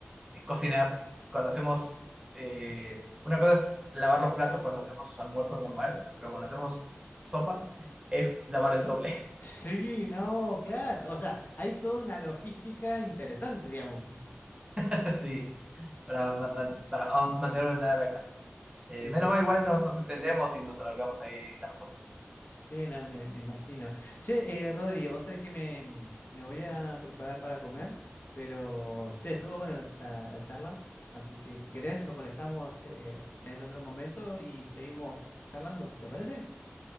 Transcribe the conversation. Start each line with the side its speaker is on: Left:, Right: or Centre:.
Right: eh, cocinar. Cuando hacemos... eh, una cosa es lavar los platos cuando hacemos almuerzo normal, pero cuando hacemos sopa es lavar el doble.
Left: Sí, no, claro. O sea, hay toda una logística interesante, digamos.
Right: <laughs> Sí, para, ma- man- para aún mantener ordenada la casa. Eh,
Left: Sí,
Right: menos
Left: sí.
Right: mal igual no, nos entendemos y nos arreglamos ahí las cosas.
Left: Sí, no, me, me imagino. Che, eh, Rodri, vos sabés que me, me voy a preparar para comer, pero, che, estuvo buena la, la- la charla. Así que si querés, nos conectamos eh, en otro momento y seguimos charlando. ¿Te parece?